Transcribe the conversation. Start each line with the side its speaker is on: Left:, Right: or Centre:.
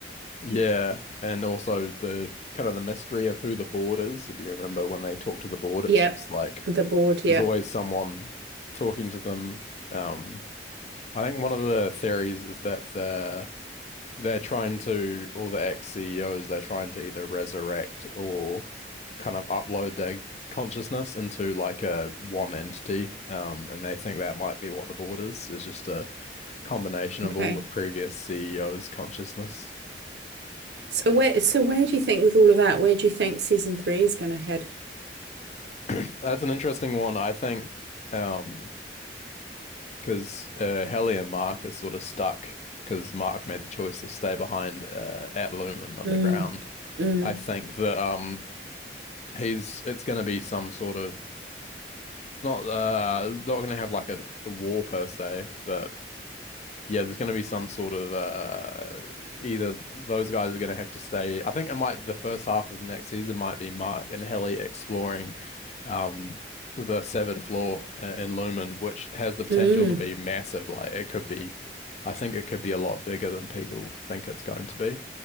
Left: yeah, and also the kind of the mystery of who the board is. If you remember when they talk to the board, it's
Right: Yep.
Left: just like
Right: The board, yeah.
Left: there's always someone talking to them. Um, I think one of the theories is that they're they're trying to all the ex-CEOs they're trying to either resurrect or kind of upload their consciousness into like a one entity. Um, and they think that might be what the board is, is just a combination of
Right: Okay.
Left: all the previous CEOs' consciousness.
Right: So where so where do you think with all of that, where do you think season three is going to head?
Left: <clears throat> That's an interesting one. I think um because uh, Helly and Mark are sort of stuck because Mark made the choice to stay behind uh, at Lumen Underground.
Right: Mm, mm,
Left: I think that um he's it's going to be some sort of not uh not going to have like a, a war per se, but yeah, there's going to be some sort of uh, either those guys are going to have to stay. I think it might the first half of next season might be Mark and Helly exploring um, the severed floor i- in Lumen, which has the potential
Right: mm.
Left: to be massive. Like it could be, I think it could be a lot bigger than people think it's going to be.